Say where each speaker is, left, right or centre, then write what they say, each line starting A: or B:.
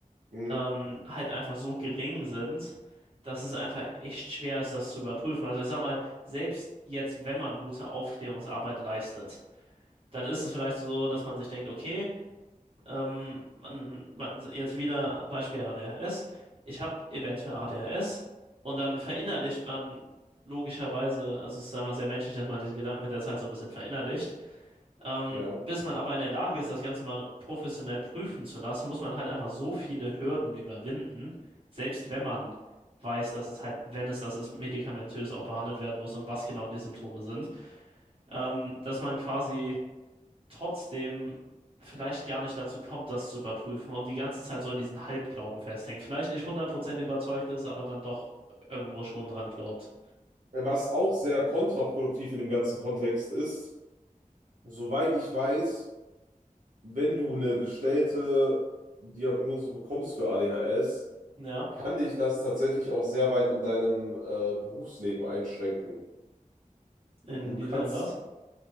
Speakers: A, on the right; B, on the right.
A: hm,
B: ähm, halt einfach so gering sind, dass es einfach echt schwer ist, das zu überprüfen. Also ich sag mal, selbst jetzt, wenn man gute Aufklärungsarbeit leistet, dann ist es vielleicht so, dass man sich denkt, okay, ähm, man, man, jetzt wieder Beispiel ADHS. Ich habe eventuell ADHS und dann verinnerlicht man logischerweise, also es ist einfach sehr menschlich, dass man diesen Gedanken mit der Zeit so ein bisschen verinnerlicht. Ähm,
A: ja.
B: bis man aber in der Lage ist, das Ganze mal professionell prüfen zu lassen, muss man halt einfach so viele Hürden überwinden, selbst wenn man weiß, dass es halt, wenn es das ist, medikamentös auch behandelt werden muss und was genau die Symptome sind, ähm, dass man quasi trotzdem vielleicht gar nicht dazu kommt, das zu überprüfen und die ganze Zeit so in diesen Halbglauben festhängt. Vielleicht nicht hundert Prozent überzeugt ist, aber dann doch irgendwo schon dran glaubt.
A: Was auch sehr kontraproduktiv in dem ganzen Kontext ist, soweit ich weiß, wenn du eine gestellte Diagnose bekommst für ADHS,
B: Ja,
A: kann dich das tatsächlich auch sehr weit in deinem äh, Berufsleben einschränken.
B: inwiefern
A: Und du kannst,
B: das?